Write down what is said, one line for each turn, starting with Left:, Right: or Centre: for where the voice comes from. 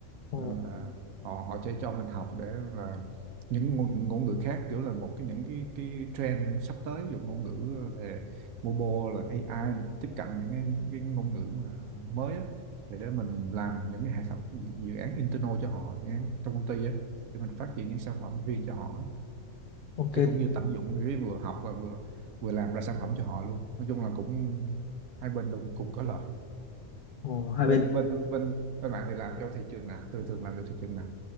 Left: Ồ,
Right: Nên là họ họ cho cho mình học để là những ngôn, ngôn ngữ khác kiểu là một cái những cái cái trend sắp tới ví dụ ngôn ngữ về mobile là AI tiếp cận những cái, cái ngôn ngữ mà mới á thì để mình làm những cái hệ thống dự án internal cho họ dự án trong công ty á để mình phát triển những sản phẩm riêng cho họ á.
Left: ok.
Right: thì cũng vừa tận dụng cái vừa học và vừa vừa làm ra sản phẩm cho họ luôn nói chung là cũng hai bên đều cùng có lợi
Left: Ồ, hai
Right: bên
Left: bên
Right: bên bên bên bạn thì làm cho thị trường nào thường thường làm cho thị trường nào